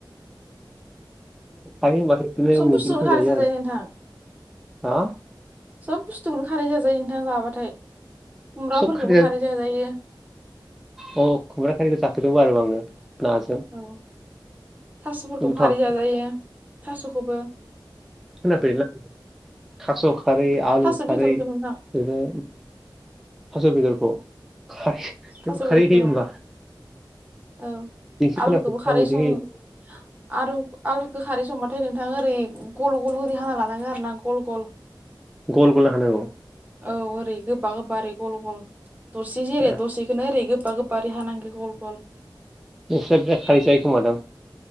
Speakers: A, in the centre; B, on the right.
A: आङो बिदिनो
B: सब
A: मैद्रुफोर
B: बुस्थुआवनो खारैजों
A: आरो
B: जायो
A: ना।
B: नोंथां
A: हा
B: सब बुस्थुखौनो खारै जाजायो नोंथाङा जाबाथाय खुमब्राफोरखौबो
A: सब जाजोबो।
B: खारै जाजायो
A: अ खुमब्रा खारिखौ जाफेरदोंमोन आरोबा आङो नाज
B: औ औ थास'फोरखौबो
A: गोथाव
B: खारैजों जाजायो थास'खौबो
A: <unintelligible> थास' खारै आलु
B: थास'
A: खारै
B: बेदरखौ नोंथां
A: <unintelligible> थास' बेदरखौ खारै
B: थास'
A: बेयावबो
B: बेदरखौ
A: खारै होयो होमबा
B: औ
A: दिनैसो
B: आलुखौबो
A: खोनाफेरदों
B: खारै
A: आं बिदि
B: सं
A: होयो
B: आरु आलु होखारै संबाथाय नोंथाङा ओरै गल गल ओरै हाना लानांगौ आरो ना गल गल
A: गल गल हानांगौ
B: औ ओरै गोबा गोबा ओरै गल गल दरसे जेरै
A: ए
B: दरसेखौनो ओरै गोबा गोबा गोबा ओरै हानांगौ गल गल
A: नोंस्रा बिराद खारै जायो खोमा दं